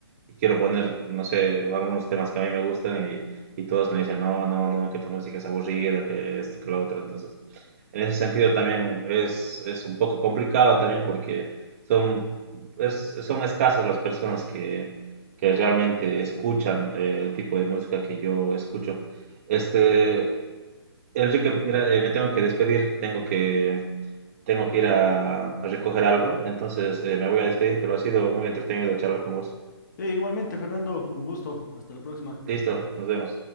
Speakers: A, on the right; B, on the left.
A: y quiero poner, no sé, algunos temas que a mí me gustan y, y todos me dicen, no, no, no, que tu música es aburrida, que esto, que lo otro. Entonces, en ese sentido también es, es un poco complicado también porque son, es- son escasas las personas que, que realmente escuchan eh, el tipo de música que yo escucho. Este, Enrique, mira, eh, me tengo que despedir, tengo que, tengo que ir a, a recoger algo, entonces eh, me voy a despedir, pero ha sido muy entretenido charlar con vos.
B: Sí, igualmente, Fernando, un gusto. Hasta la próxima.
A: Listo, nos vemos.